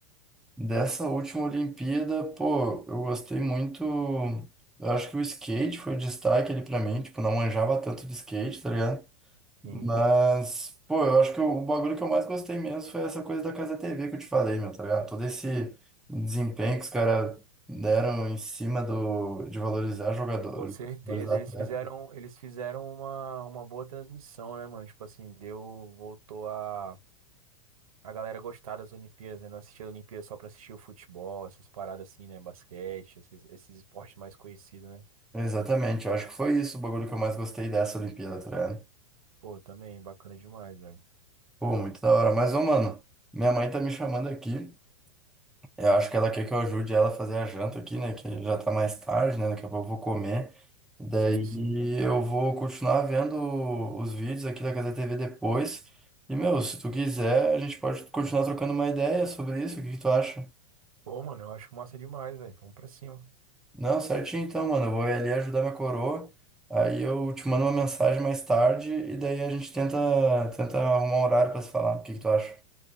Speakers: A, in the centre; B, on the right.
A: Dessa última Olimpíada, pô, eu gostei muito. Eu acho que o skate foi o destaque ali pra mim, tipo, não manjava tanto de skate, tá ligado? Mas,
B: Sim.
A: pô, eu acho que o bagulho que eu mais gostei mesmo foi essa coisa da Casa TV que eu te falei, meu, tá ligado? Todo esse desempenho que os caras deram em cima do, de valorizar jogador,
B: Com certeza,
A: valorizar
B: eles
A: atleta.
B: fizeram, eles fizeram uma, uma boa transmissão, né, mano? Tipo assim, deu, voltou a, a galera gostar das Olimpíadas, né? Não assistia a Olimpíada só pra assistir o futebol, essas paradas assim, né? Basquete, esses, esses esportes mais conhecidos, né?
A: Exatamente, eu acho que foi isso o bagulho que eu mais gostei dessa Olimpíada, tá ligado?
B: Pô, também, bacana demais, velho.
A: Pô, muito da hora. Mas, ô, mano, minha mãe tá me chamando aqui. Eu acho que ela quer que eu ajude ela a fazer a janta aqui, né? Que já tá mais tarde, né? Daqui a pouco eu vou comer. Daí
B: Sim, sim.
A: eu vou continuar vendo os vídeos aqui da Casa TV depois. E, meu, se tu quiser, a gente pode continuar trocando uma ideia sobre isso. O que que tu acha?
B: Pô, mano, eu acho massa demais, velho. Vamos pra cima.
A: Não, certinho então, mano. Eu vou ir ali ajudar minha coroa. Aí eu te mando uma mensagem mais tarde e daí a gente tenta, tenta arrumar um horário pra se falar. O que que tu acha?